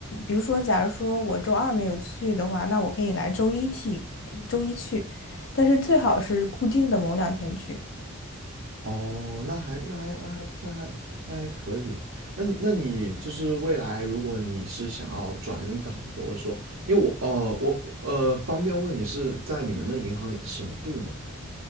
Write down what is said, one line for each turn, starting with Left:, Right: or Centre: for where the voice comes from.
Left: 比如说，假如说我周二没有去的话，那我可以来周一替周一去，但是最好是固定的某两天去。
Right: 哦，那还那还那还那还那还可以。那你那你就是未来，如果你是想要转岗，或者说，因为我呃我呃方便问你是在你们那银行里的什么部门吗？